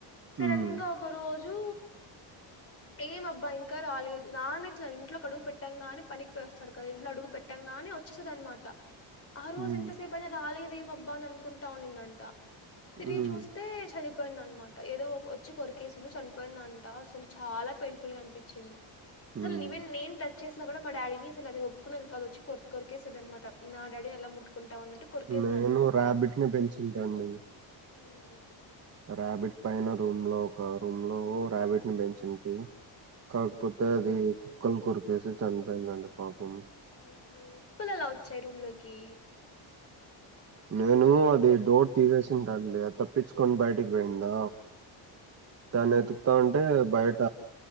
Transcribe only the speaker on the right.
హ్మ్
హ్మ్
హ్మ్
హ్మ్
నేను రాబిట్ ని పెంచుంటాండి.
ర్యాబిట్ పైన రూమ్ లో ఒక రూమ్ లో ర్యాబిట్ ని పెంచింటి కాకపోతే అది కుక్కలు కొరికేసి చనిపోయిందండి పాపం
నేను అది డోర్ తీసేసింటాంటె అది తప్పించుకొని బయటికి పోయిందా, దాన్ని వెతుకుతా ఉంటే బయట